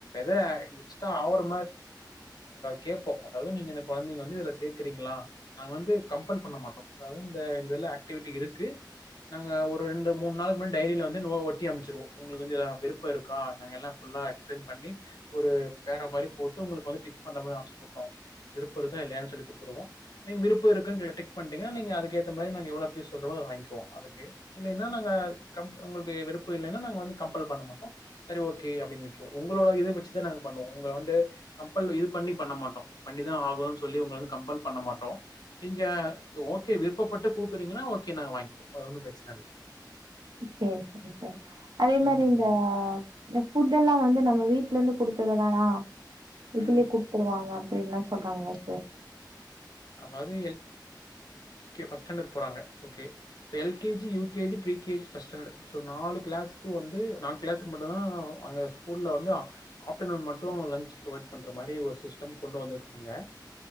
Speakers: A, on the left; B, on the right.
A: த எக்ஸ்ட்ரா ஆவர் கேோம் அத நீ குழந்தை வந்துதுல சேர்கறீங்கள நா வந்து கல் பண்ண மாட்டோம் ஆகிவிி இருக்கு நாங்கள் ஒரு ரெண்டு மூணு நாளுக்கு முன்னா டைரியில வந்து ஒட்டி அமைச்சடுவோம் உங்களுக்குந்துல்லா விருப்ப இருக்க நா எல்லாம் ஃபுல்லாக எக்ஸ்பிளைன் பண்ணி ஒரு பேற மாதிரி போட்டு உங்களுக்கு வ டிக் பண்ணற மாதிரி ஆப்ஷன்டுருோம் விருப்ப இருக்க இல்லன்ன சொல்லி கொடுருவோம் நீங்கள் விருப்பு இருக்குதுனு கே டிக் பிீங்கன்னா நீ அதுக்குற்ற மாதிரி நாங்கள் எவ்வளோ ஃீஸ் சொல்லறோ அதை வாங்கிவோம் அக்கு இல்லைன்னா நாங்க உங்களுக்கு விருப்பம் இல்லைன்னா நாங்க வந்து கம்பல் பண்ண மாட்டோம் சரி ஓகே அப்படின்னு விட்டுருவோம் உங்களோட இத வச்சுதான் நாங்க பண்ணுவோம் உங்க வந்து கம்பல் இது பண்ணி பண்ண மாட்டோம் பண்ணிதான் ஆகணோனு சொல்லி உங்க வந்து கம்பல் பண்ண மாட்டோம் நீங்க ஓகே விருப்பப்பட்டு குடுக்குறீங்கன்னா ஓகே நாங்க வாங்கிப்போம் அது ஒண்ணும் பிரச்சன இல்ல.
B: சரி -சரி -சரி அதே மாதிரி
A: ம்.
B: இந்த புபுட் எல்லாம் வந்து நம்ம வீட்ல இருந்து குடுத்துட வேணா இதுலயே
A: ம்.
B: குடுத்துருவாங்க அப்படி என்ன சொல்றாங்களா சார்
A: அதாவது ஃபஸ்ட் போறாங்கேஜி யகேஜி பேஜி் நாலுிளா நுிளா மட்டுும்்தான் அங்கஸ ஆப்டர்ூன் மட்டும் லன் பொவைட் பண்ற மாதிரி ஒரு சிஸம் கொண்டு வந்திருக்காங்கோ